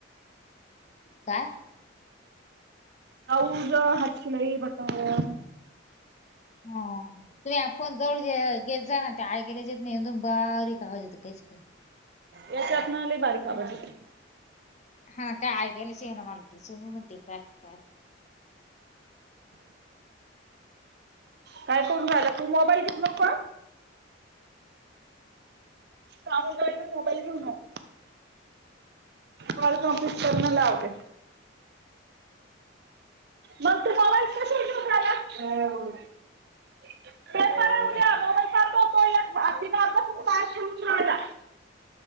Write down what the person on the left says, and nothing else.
काय.
हा तुम्ही फोन जवळ घेत जा ना. ते ऐकायला येत नाही एकदम बारी कावाज येत काही. का <unintelligible>
हा काय ऐकायला च येईना मला <inaudible> काय-काय